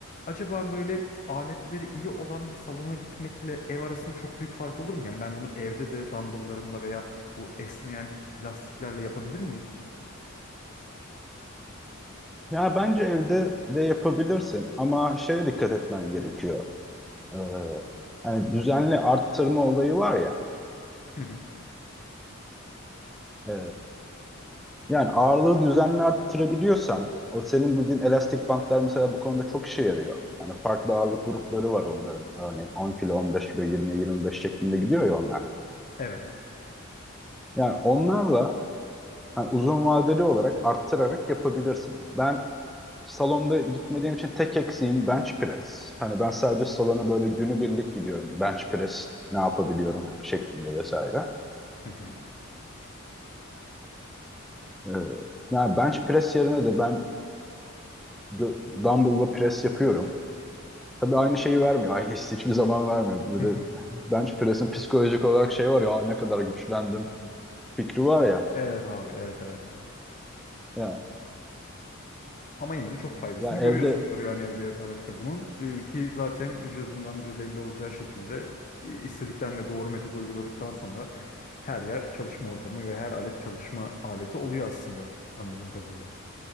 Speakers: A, on the left (about 40°); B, in the centre.
A: Acaba böyle aletleri iyi olan bir salona gitmekle ev arasında çok büyük fark olur mu? Yani ben bunu evde de dumbbelllarımla veya bu esneyen lastiklerle yapabilir miyim?
B: Ya bence evde de yapabilirsin ama şeye dikkat etmen gerekiyor. Ee, hani düzenli arttırma olayı var ya.
A: Hı hı.
B: e, yani ağırlığı düzenli arttırabiliyorsan o senin dediğin elastik bantlar mesela bu konuda çok işe yarıyor. Hani farklı ağırlık grupları var onların. Örneğin 10 kilo, 15 kilo, 20, 25 şeklinde gidiyor ya onlar.
A: Evet.
B: Yani onlarla hani uzun vadeli olarak arttırarak yapabilirsin. Ben Salonda gitmediğim için tek eksiğim bench press. Hani ben sadece salona böyle günübirlik gidiyorum. Bench press ne yapabiliyorum şeklinde vesaire.
A: Hı hı.
B: Ee, yani bench press yerine de ben gö- dumbbell'la press yapıyorum. Tabii aynı şeyi vermiyor. Aynı hissi hiçbir zaman vermiyor. Bir
A: <laughs> Hı hı.
B: de bench press'in psikolojik olarak şey var ya "Aa, ne kadar güçlendim fikri var ya.
A: Evet abi evet evet ya.
B: Ya,
A: Ama yine de çok faydasını
B: ya
A: görüyorsundur
B: evde
A: yani evde yaparak da bunun Ee, ki zaten vücudundan da belli olacağı şekilde e, istedikten ve doğru metodu uyguladıktan sonra her yer çalışma ortamı ve her alet çalışma aleti oluyor aslında anladığım kadarıyla.